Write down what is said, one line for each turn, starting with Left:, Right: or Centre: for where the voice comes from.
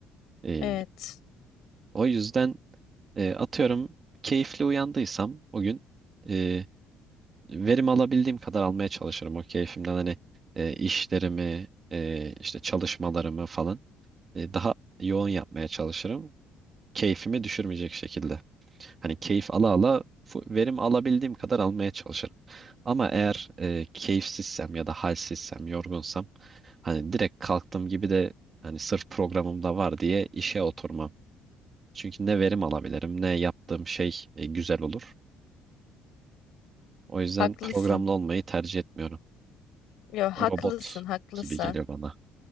Right: Ee,
Left: Evet.
Right: o yüzden e, atıyorum keyifli uyandıysam o gün e, verim alabildiğim kadar almaya çalışırım. O keyfimden hani e, işlerimi, e, işte çalışmalarımı falan e, daha yoğun yapmaya çalışırım. keyfimi düşürmeyecek şekilde. Hani keyif ala ala fu- verim alabildiğim kadar almaya çalışırım. Ama eğer e, keyifsizsem ya da halsizsem, yorgunsam hani direkt kalktığım gibi de hani sırf programımda var diye işe oturmam. Çünkü ne verim alabilirim ne yaptığım şey e, güzel olur. O yüzden
Left: Haklısın.
Right: programlı olmayı tercih etmiyorum.
Left: Yo, haklısın,
Right: Robot
Left: haklısın.
Right: gibi geliyor bana.